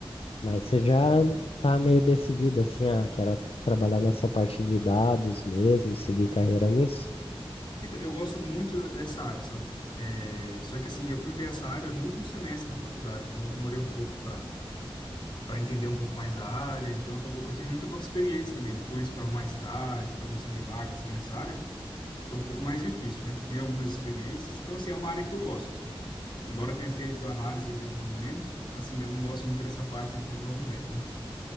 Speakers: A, on the left; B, on the left.
A: Mas você já tá meio decidido assim, ah, quero trabalhar nessa parte de dados mesmo, seguir carreira nisso?
B: Então, eu gosto muito dessa área, sabe? É, só que, assim, eu fui ver essa área no último semestre da faculdade, então eu demorei um pouco pra, pra entender um pouco mais da área. Então, acabou que eu tive muito pouca experiência também. Depois, pra arrumar estágio, pra conseguir vaga, assim, nessa área, foi um pouco mais difícil, né? Tem algumas experiências. Então, assim, é uma área que eu gosto. Embora eu tenha feito análise em desenvolvimento, assim, eu não gosto muito dessa parte de desenvolvimento, né?